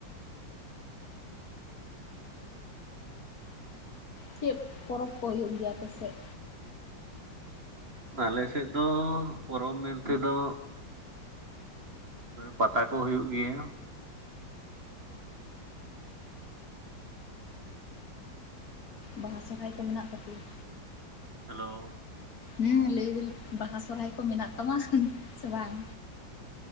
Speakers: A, on the left; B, on the right.
A: ᱪᱮᱫ ᱯᱚᱨᱚᱵᱽ ᱠᱚ ᱦᱩᱭᱩᱜ ᱜᱮᱭᱟ ᱟᱯᱮᱥᱮᱫ?
B: ᱟᱞᱮᱥᱮᱫ ᱫᱚ ᱯᱚᱨᱚᱵᱽ ᱢᱮᱱᱛᱮ ᱫᱚ ᱯᱟᱛᱟ ᱠᱚ ᱦᱩᱭᱩᱜ ᱜᱮᱭᱟ।
A: ᱵᱟᱦᱟ ᱥᱚᱨᱦᱟᱭ ᱠᱚ ᱢᱮᱱᱟᱜ ᱛᱟᱯᱮᱭᱟ?
B: ᱦᱮᱞᱳ
A: ᱦᱮᱸ ᱞᱟᱹᱭ ᱫᱟᱹᱧ ᱵᱟᱦᱟ ᱥᱚᱨᱦᱟᱭ ᱠᱚ ᱢᱮᱱᱟᱜ ᱛᱟᱢᱟ ᱥᱮ ᱵᱟᱝ?